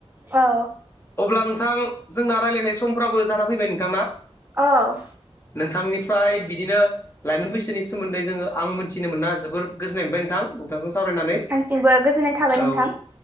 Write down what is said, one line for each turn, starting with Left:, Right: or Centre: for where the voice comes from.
Right: औ
Left: अब्ला नोंथां जोंना रायज्लायनाय समफ्राबो जाना फैबाय नोंथां ना
Right: औ ओ
Left: नोंथांनिफ्राय बिदिनो लाइमोन बैसोनि सोमोन्दै जोङो आं मिथिनो मोना जोबोर गोजोननाय मोनबाय नोंथां नोंथांजों सावरायनानै
Right: सिमबो गोजोननाय थाबाय नोंथां
Left: औ